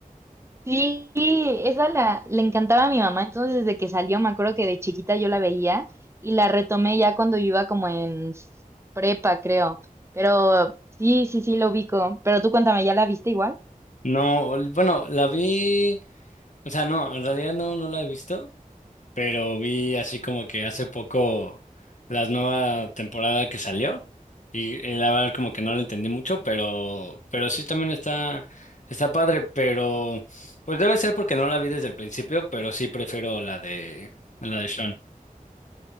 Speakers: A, on the right; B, on the left.
A: Sí, esa la, le encantaba a mi mamá, entonces desde que salió, me acuerdo que de chiquita yo la veía y la retomé ya cuando yo iba como en s- prepa, creo. Pero sí, sí, sí, lo ubico. Pero tú cuéntame, ¿ya la viste igual?
B: No, bueno, la vi, o sea, no, en realidad no, no la he visto. pero vi así como que hace poco la nueva temporada que salió y, y la verdad como que no la entendí mucho, pero, pero sí también está, está padre, pero pues debe ser porque no la vi desde el principio, pero sí prefiero la de, la de Sean.